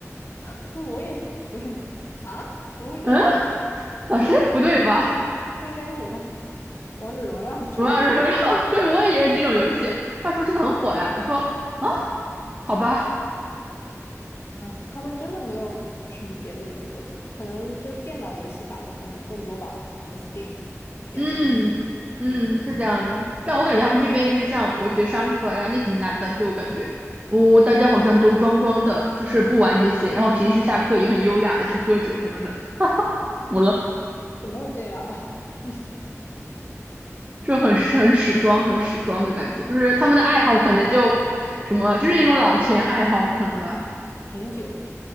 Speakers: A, on the left (about 50°); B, on the right (about 25°).
A: <laughs> 我也我也啊，怎么会这样？
B: 嗯，
A: 难道不？
B: 老师不对吧？
A: 不应该什么王者荣耀之类的吗？
B: <laughs> 我要荣耀，<laughs> 对我也以为是这种游戏。他说这个很火呀，我说。啊。好吧，
A: 哎，他们真的没有什么别的娱乐活动，可能就电脑游戏打的可能更多吧，什么 Steam、p
B: 嗯嗯，
A: s 五，嗯，
B: 是这样的。但我感觉他们这边就是像我学商科，然后那群男的，就我感觉，哦，大家好像都装装的，就是不玩这些，然后平时下课也很优雅的去喝酒什么的，服了，
A: 怎么会这样？<laughs>
B: 就很很始装，很始装的感觉，就是他们的爱好可能就什么，
A: 嗯，
B: 就是那种老钱爱好可能吧。
A: 品酒，